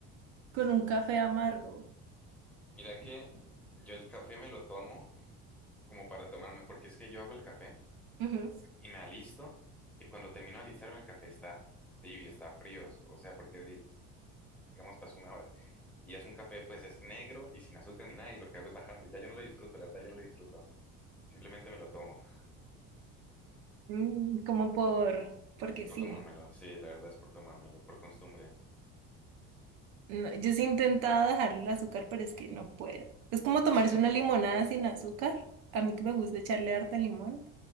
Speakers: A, on the right; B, in the centre.
A: con un café amargo.
B: Mira que yo el café me lo tomo como para tomarme, porque es que yo hago el café
A: Ujú.
B: y me alisto y cuando termino de alistarme el café está tibio, está frío, o sea, porque di- digamos pasó una hora y es un café pues es negro y sin azúcar ni nada y lo que hago es bajármelo. Ya yo no lo disfruto, la verdad ya no lo disfruto. Simplemente me lo tomo
A: Mm, como por, porque sí.
B: por tomármelo. Sí, la verdad es por tomármelo, por costumbre.
A: No, yo sí he intentado dejar el azúcar, pero es que no puedo. Es como tomarse
B: <laughs>
A: una limonada sin azúcar. A mí que me gusta echarle harta limón,